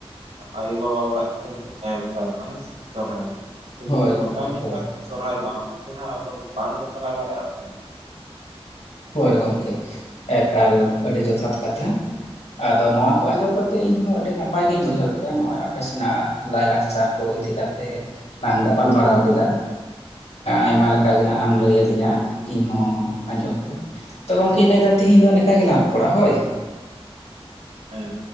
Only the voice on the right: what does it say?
ᱟᱭᱳᱵᱟᱵᱟ ᱚᱲᱟᱜ <unintelligible>
ᱡᱩᱫᱤ ᱱᱚᱝᱠᱟ
ᱦᱩᱭ
ᱠᱚᱜᱼᱟ᱾ ᱥᱚᱨᱦᱟᱭᱮᱱᱟᱢ ᱩᱱᱠᱩ ᱱᱟᱦᱟᱜ ᱟᱫᱚ ᱵᱟᱝᱠᱚ ᱪᱟᱞᱟᱣ ᱫᱟᱲᱮᱭᱟᱜᱼᱥᱮᱸ
ᱦᱮᱸᱻ